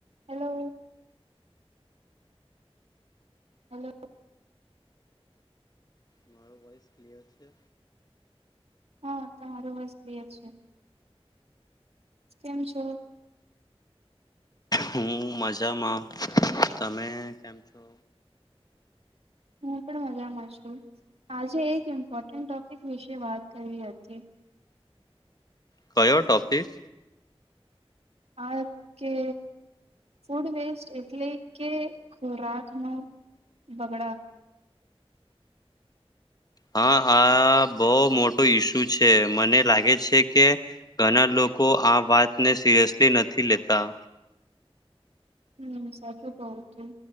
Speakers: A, on the right; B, on the left.
A: Hello hello.
B: મારો voice clear છે.
A: હા તમારું વોઇસ કિયર છે. કેમ છો?
B: હું મજામાં તમે કેમ છો.
A: હું પણ મજામાં છું આજે એક ઇમ્પોર્ટન્ટ ટોપિક વિશે વાત કરવી હતી.
B: કયો ટોપિક.
A: આ કે ફૂડ વેસ્ટ એટલે કે ખોરાક નો બગડા
B: હા આ બહુ મોટો ઈસુ છે મને લાગે છે કે ઘણા લોકો આ વાત ને સિરિયસલી નથી લેતા.
A: હમ્મ સાચું કવું તું